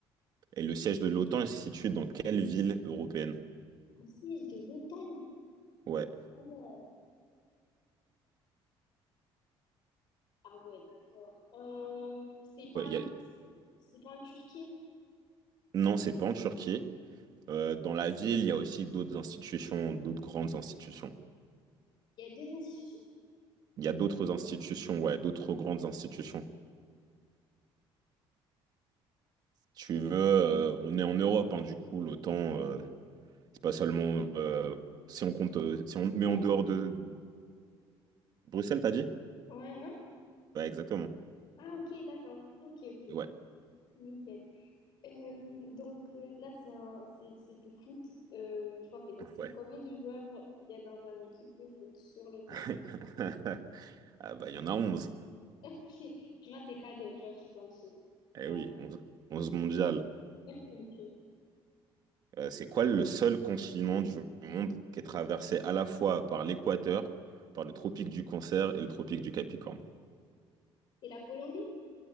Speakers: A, on the right; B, on the left.
A: et le siège de l'OTAN est situé dans quelle ville européenne?
B: un siège de l'OTAN.
A: Ouais,
B: Ah ouais, Ah ouais, d'accord. Euh, c'est pas
A: ouais, y
B: un...
A: a-
B: c'est pas en Turquie.
A: Non, c'est pas en Turquie. Euh, dans la ville, il y a aussi d'autres institutions, d'autres grandes institutions.
B: Il y a deux institutions.
A: Il y a d'autres institutions, ouais, d'autres grandes institutions. Si Tu veux, euh, on est en Europe, hein, du coup, l'OTAN, euh, c'est pas seulement euh, si on compte, euh, si on
B: Bruxelles?
A: met en dehors de Bruxelles, t'as dit?
B: Ouais, non?
A: Ouais, exactement.
B: Ah ok, d'accord. Ok, ok.
A: Ouais,
B: Nickel. Euh, donc euh, là, c'est un... c'est c'est du foot. Euh, je pense que c'est facile.
A: ouais.
B: Combien de joueurs il y a dans une équipe de foot sur le terrain?
A: <laughs> Ah bah, il y en a onze,
B: <laughs> Ok. Tu vois, c'est cadeau. Tu vois, je suis gentille.
A: Eh
B: Allez,
A: oui, 11, 11
B: d'accord.
A: mondiales.
B: <laughs> Ok.
A: Euh, c'est quoi le seul continent du monde qui est traversé à la fois par l'équateur, par le tropique du Cancer et le tropique du Capricorne?
B: Et la Colombie?